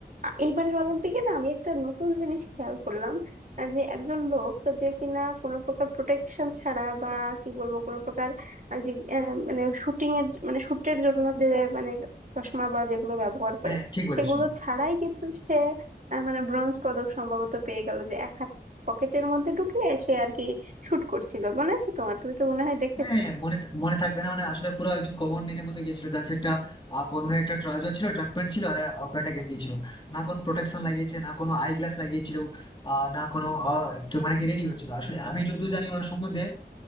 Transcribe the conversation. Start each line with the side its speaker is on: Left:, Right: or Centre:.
Right: আ, এইবারের অলিম্পিকে না আমি একটা নতুন জিনিস খেয়াল করলাম আহ, যে একজন লোক যে কিনা কোনো প্রকার প্রোটেকশন ছাড়া বা কি বলবো কোনো প্রকার আহ, যে আহ, মানে শুটিং এর মানে শুটের জন্য যে মানে চশমা বা যেগুলো ব্যবহার করে
Left: হ্যাঁ ঠিক বলেছো
Right: সেগুলো ছাড়াই কিন্তু সে আহ, মানে ব্রোঞ্জ পদক সম্ভবত পেয়ে গেল যে এক পকেটের মধ্যে ঢুকিয়ে সে আর কি শুট করছিল মনে আছে তোমার তুমি তো মনে হয় দেখেছো
Left: হ্যাঁ মনে থা- মনে থাকবে না মানে আসলে পুরো একজন কমন ম্যানের মতো গেছিল যার একটা আহ, পুরোনো একটা ট্রাউজার ছিল ট্রাক প্যান্ট ছিল আর আহ, উপরে একটা গেঞ্জি ছিল না কোনো প্রোটেকশন লাগিয়েছে না কোনো আই গ্লাস লাগিয়েছিল আহ, না কোনো আহ, তো মানে কি রেডি হচ্ছিল আসলে আমি যতদূর জানি ওনার সম্বন্ধে